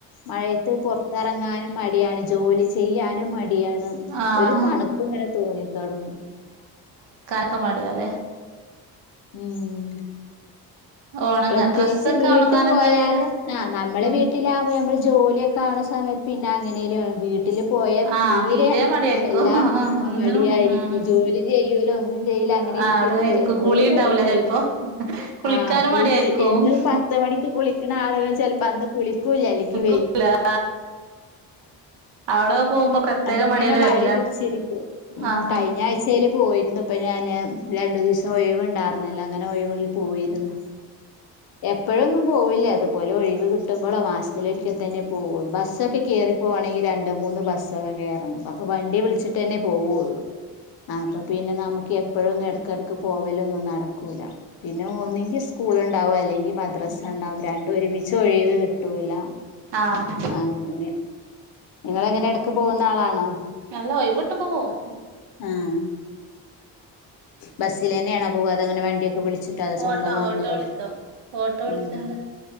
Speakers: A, on the left (about 55°); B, on the right (about 70°).
A: മഴയത്ത്, പുറത്തിറങ്ങാനും മടിയാണ് ജോലി ചെയ്യാനും. ടിയാണ്
B: ആഹ്
A: ഒരു തണുപ്പ്ങ്ങനെ തോന്നി തൊടങ്ങും
B: ക്ക മടിയാലെ
A: ഉം
B: ഒണങ്ങാൻ
A: പ്രത്യേകിച്ച്
B: ഡ്രസ്സൊക്കെ
A: വീട്ടി
B: ഒണങ്ങാൻ
A: പോയാല്
B: എന്താ ചെയ്യല്
A: ആ് നമ്മളെ
B: ഉം
A: വീട്ടിലാകുമ്പോൾ നമ്മള് ജോലിയക്കെ ക്കാണ് സമയത്ത് പിന്നെ അങ്ങനെലു വീട്ടില് പോയാ
B: ആഹ്
A: തീരെ
B: മടിയായിരിക്കും
A: എല്ലാ
B: ഒന്നിനും
A: മടിയായിരിക്കും
B: ഉം
A: ജോലി ചെയ്യൂല ഒന്ന്നും ന്റെൽ അങ്ങനെരിക്കുമ്പോ
B: ആഹ് അവിടെങ്ങനെ ഇരിക്കും
A: എന്തോ
B: കുളി
A: പോലത്തത്.
B: ഉണ്ടാവൂല ചെലപ്പോ കുളിക്കാനും
A: ആഹ് കുളിഎന്നും
B: മടിയായിരിക്കും
A: പത്ത് മണിക്ക് കുളിക്ക്ണ ആളുകൾ ചിലപ്പോ അന്ന് കുളിക്കൂല്ല അല്ലെങ്കിൽ
B: <unintelligible> ആഹ് അവിടെ പോകുമ്പോ പ്രത്യേകം
A: അങ്ങനെ
B: മടിയോടെ
A: മടി
B: വരില്ല
A: പിടിച്ചിരിക്കും ഉം
B: ആഹ്
A: കഴിഞ്ഞ ആഴ്ചെൽ പോയിരുന്നു ഇപ്പോൾ ഞാന്‌ രണ്ടു ദിവസം ഒയിവുണ്ടായിരുന്നു. അങ്ങനെല്ലാം ങ്ങനെഒഴിവിൽ പോയിരുന്നു ഇപ്പോഴൊന്നും പോവില്ല ഇതുപോലെ ഒഴിവ് കിട്ടുമ്പളോ മാസത്തിലൊരിക്കെ തന്നെ പോവുള്ളൂ ബസ്സൊക്കെ കറിപ്പോകവാണെങ്കിൽ. രണ്ട്മൂന്ന് ബസ്സൊക്കെ കേറണം അപ്പൊ വണ്ടി വിളിച്ചിട്ടന്നെ പോവുള്ളു ആ അപ്പ പിന്നെ നമക്ക് എപ്പഴൊന്നും എടക്കിടക്ക് പോവലൊന്നും നടക്കൂല പിന്നെ ഒന്നങ്കിൽ സ്കൂൾ ണ്ടാവും അല്ലെങ്കിൽ മദ്രസ ണ്ടാവും രണ്ടും ഒരുമിച്ച് ഒഴിവ് കിട്ടൂല്ല.
B: ആഹ്
A: അങ്ങനെ നിങ്ങൾ എങ്ങനെ എടക്ക് പോവുന്ന ആളാണോ
B: അല്ല ഓയിവ്ട്ടുമ്പോ പോവും
A: ഉം ബസ്സിലെന്നെണോ പോവാ അതോ ഇങ്ങനെ വണ്ടിയൊക്കെ വിളി ചിട്ടോ അതോസ്വന്തം
B: ഓട്ടോ
A: വണ്ടീലോ
B: ഓട്ടോ വിളിക്കും ഓട്ടോ വിളിച്ചാണ്ട്
A: ഉം